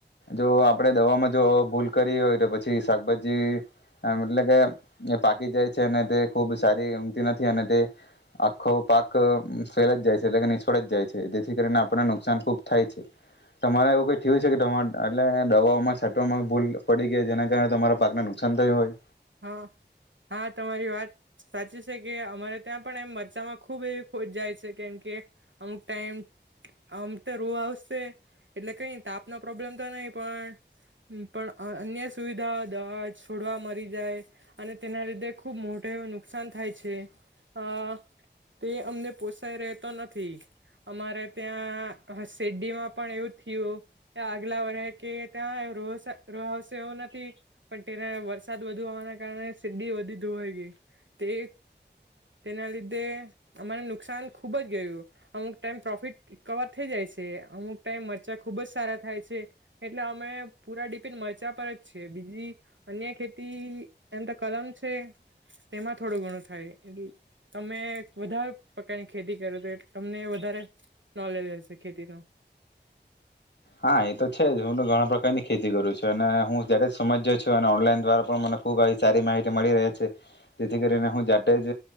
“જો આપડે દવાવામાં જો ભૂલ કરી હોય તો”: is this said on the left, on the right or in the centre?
Left